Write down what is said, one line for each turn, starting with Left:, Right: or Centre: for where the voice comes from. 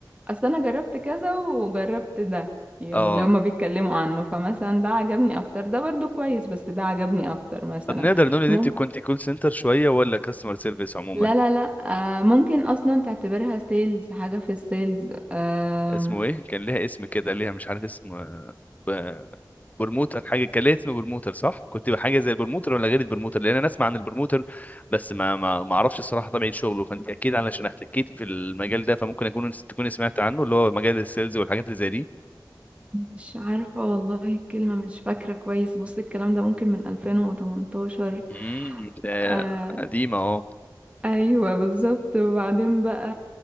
Right: اصل انا جربت كذا وجربت ده يعني
Left: اه
Right: اللي هما بيتكلموا عنه فمثلا ده عجبني اكتر ده برضو كويس بس ده عجبني اكتر مثلا
Left: طب نقدر نقول ان
Right: مم.
Left: انت كنت كول سنتر شويه ولا كاستمر سيرفيس عموما
Right: لا لا لا آه ممكن اصلا تعتبرها سيلز حاجة في السيلز آه
Left: اسمه ايه كان ليها اسم كده ليها مش عارف اسم آه، ب- برموتر حاجه كان ليها اسم برموتر صح كنت بحاجه زي البرموتر ولا غير البرموتر لان انا اسمع عن البرموتر بس ما ما ما اعرفش الصراحه طبيعه شغله فانت اكيد علشان احتكيتي في المجال ده فممكن اكون تكوني سمعت عنه اللي هو مجال السيلز والحاجات اللي زي دي
Right: مش عارفة والله الكلمة مش فاكرة كويس بص الكلام ده ممكن من 2018
Left: امم ده
Right: آه
Left: قديمه اهو
Right: ايوه بالظبط وبعدين بقى